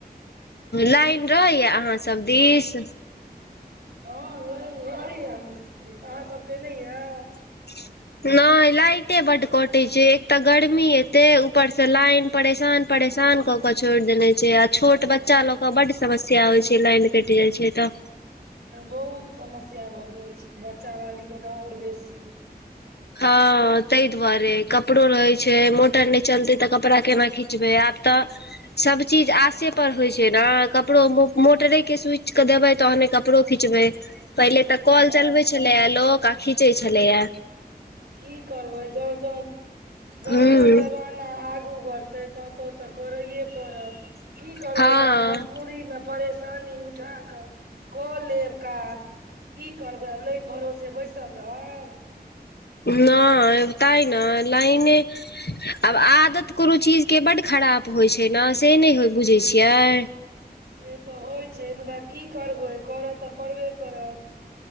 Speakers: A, on the left (about 80°); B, on the right (about 85°).
A: लाइन रहैया अहाँ सब दिश।
B: हँ लाइन रहैए हमरा सबके दिस अहाँ सबके नहि यए।
A: ह <unintelligible> नहि लाइटे बड कटे छै एक तऽ गर्मी एते ऊपर से लाइन परेशान। परेशान क के छोड़ि देने छै आ छोट बच्चा ल के बड समस्या होइ छै लाइन कटि जाय छै तऽ।
B: बहुत समस्या भऽ जाइ छै बच्चा बाली के तऽ आओर बेसी।
A: हँ ताहि दुआरे कपड़ो रहै छै मोटर नहि चलतै तऽ कपड़ा केना खींचबै आब तऽ। सब चीज आशे पर होइ छै ने कपड़ो मोटरे के सोच के देबै तहने कपड़ो। खींचब पहिले तऽ कल
B: हँ
A: चलबे छलेय लोक आ खींचे छलेया।
B: की करबै जो जो जों
A: हूँ
B: जों जवान ना आगू बढ़ते त तो ते करैे पड़त की करबे
A: हँ
B: ला मज दूरी मे परेशानी उठा कऽ कऽ लेब काज। की करबै आब लाइन भरोसे बैसल रहब।
A: नय तै लाइने आब आदत कोनो चीजके बड्ड खराब होइत छै ने से नहि हो बुझैत छियै।
B: से तऽ होइत छै मुदा की करबै करत तऽ पड़बे करत।